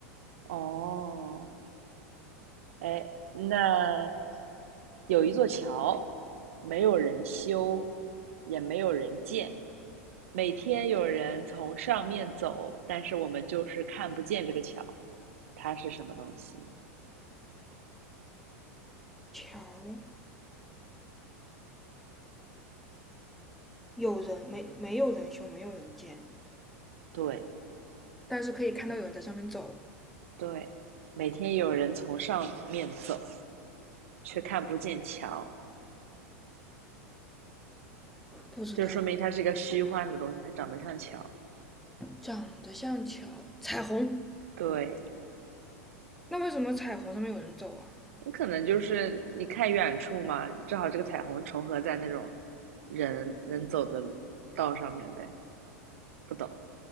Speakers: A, on the right; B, in the centre.
A: 哦，哎，那有一座桥，没有人修，也没有人建，每天有人从上面走，但是我们就是看不见这个桥，它是什么东西？
B: 桥有人没没有人修，没有人建，
A: 对
B: 但是可以看到有人在上面走。
A: 对，每天有人从上面走，却看不见桥，
B: 不知道，
A: 就说明它是一个虚幻的东西，它长得像桥。
B: 长得像桥，彩虹。
A: 对，
B: 那为什么彩虹上面有人走啊？
A: 可能就是你看远处嘛，正好这个彩虹重合在那种人能走的道上面呗。不懂，